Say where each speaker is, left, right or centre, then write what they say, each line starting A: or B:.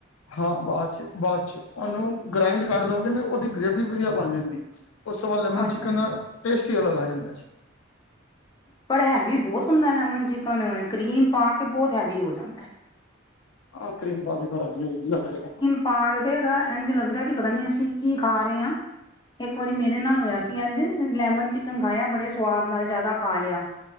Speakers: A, on the left (about 80°); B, on the left (about 20°).
A: ਹਾਂ, ਬਾਅਦ ਚ, ਬਾਅਦ ਚ ਉਹਨੂੰ ਗ੍ਰਾਇੰਡ ਕਰ ਦੋਗੇ ਨਾ ਉਹਦੀ ਗ੍ਰੇਵੀ ਵਧੀਆ ਬਣ ਜਾਂਦੀ। ਉਸ ਤੋਂ ਬਾਅਦ ਲੈਮਨ
B: ਅੱਛਾ
A: ਚਿਕਨ ਦਾ, ਟੇਸਟ ਹੀ ਅਲੱਗ ਆ ਜਾਂਦਾ ਜ
B: ਪਰ ਹੈਵੀ ਬਹੁਤ ਹੁੰਦਾ ਲੈਮਨ ਚਿਕਨ ਕਰੀਮ ਪਾ ਕੇ ਬਹੁਤ ਹੈਵੀ ਹੋ ਜਾਂਦਾ।
A: ਹਾਂ ਕ੍ਰੀਮ ਪਾ ਕੇ ਹੈਵੀ ਹੋ ਜਾਂਦਾ ਏ
B: ਪਾਕੇ ਤੇ ਇਹਦਾ ਇੰਝ ਲੱਗਦਾ ਕੀ ਪਤਾ ਨੀ ਅਸੀਂ ਕੀ ਖਾ ਰਹੇ ਹਾਂ ਇੱਕ ਵਾਰੀ ਮੇਰੇ ਨਾਲ ਹੋਇਆ ਸੀ। ਇੰਝ ਲੈਮਨ ਚਿਕਨ ਖਾਇਆ ਬੜੇ ਸਵਾਦ ਨਾਲ ਜ਼ਿਆਦਾ ਖਾ ਲਿਆ।